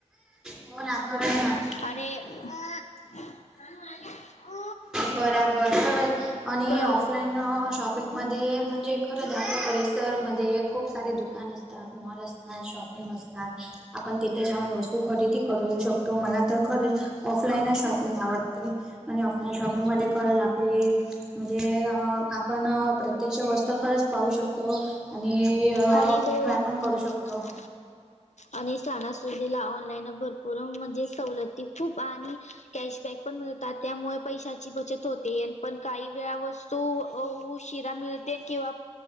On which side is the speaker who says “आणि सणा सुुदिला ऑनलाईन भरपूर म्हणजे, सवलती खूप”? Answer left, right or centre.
Left